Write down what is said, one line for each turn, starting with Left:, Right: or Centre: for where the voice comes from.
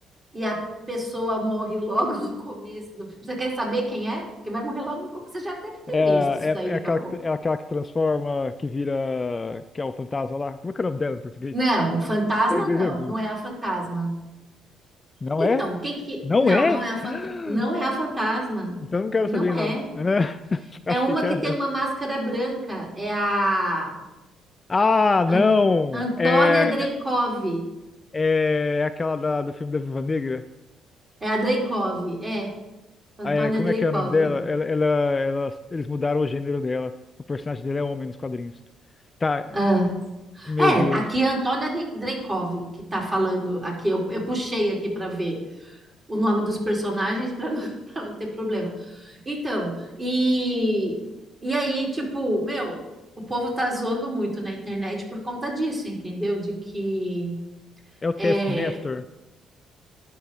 Right: e a pessoa morre logo no começo do filme. Você quer saber quem é? Porque vai morrer logo no começo. Você já deve ter
Left: É,
Right: visto isso daí
Left: é, é
Right: daqui
Left: aquela
Right: a pouco.
Left: que, é aquela que transforma, que vira, que é o fantasma lá. Como é que é o nome dela em português?
Right: Não, fantasma
Left: Em inglês
Right: não,
Left: é Ghost.
Right: não é a fantasma.
Left: Não
Right: Então,
Left: é?
Right: quem que
Left: Não
Right: que. Não,
Left: é?
Right: não é a fanta...
Left: <gasps>
Right: não é a fantasma.
Left: Então não quero
Right: Não
Left: saber,
Right: é.
Left: não. <laughs>
Right: É
Left: Achei
Right: uma
Left: que
Right: que
Left: era
Right: tem
Left: ela.
Right: uma máscara branca. É a
Left: Ah,
Right: An-
Left: não!
Right: Antônia
Left: É
Right: Dreikov.
Left: É aquela da- do filme da Viva Negra.
Right: É a Dreikov, é. Antônia
Left: Ah, É, como
Right: Dreikov.
Left: é que é o nome dela? Ela, ela, ela- eles mudaram o gênero dela. O personagem dela é homem nos quadrinhos. Tá, é,
Right: Ah.
Left: meu
Right: É,
Left: Deus.
Right: aqui é a Antônia Dre- Dreikov que tá falando aqui. Eu, eu puxei aqui para ver. o nome dos personagens para não, <laughs> pra não ter problema. Então, e, e aí, tipo, meu, o povo tá zoando muito na internet por conta disso, entendeu? De que
Left: É o Taskmaster?
Right: é,